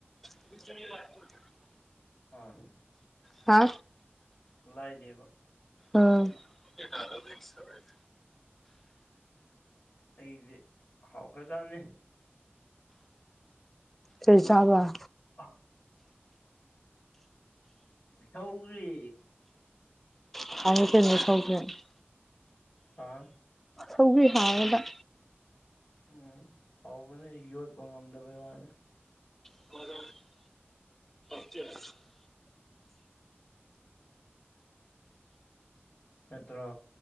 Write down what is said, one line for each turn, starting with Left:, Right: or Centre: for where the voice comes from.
Centre: <inaudible>
Left: ꯑꯥ
Centre: ꯍꯥ
Left: ꯂꯥꯏꯗꯦꯕ
Centre: ꯑꯥ <unintelligible>
Left: ꯑꯩꯗꯤ ꯍꯥꯎꯈ꯭ꯔꯖꯥꯠꯅꯤ
Centre: ꯀꯩ ꯆꯥꯕꯔ
Left: ꯑ ꯁꯧꯒ꯭ꯔꯤ
Centre: <unintelligible>
Left: ꯍꯥ
Centre: ꯁꯧꯒ꯭ꯔꯤ ꯍꯥꯎꯋꯦꯕ
Left: ꯎꯝ ꯍꯥꯎꯕꯅꯦ ꯌꯣꯠꯄ ꯉꯝꯗꯕꯩ ꯋꯥꯅꯦ
Centre: <unintelligible> <inaudible>
Left: ꯅꯠꯇ꯭ꯔꯣ